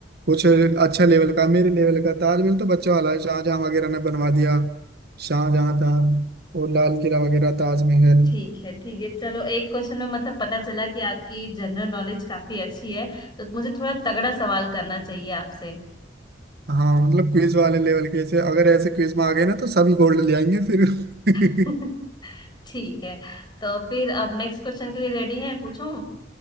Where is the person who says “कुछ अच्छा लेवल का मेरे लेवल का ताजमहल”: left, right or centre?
Right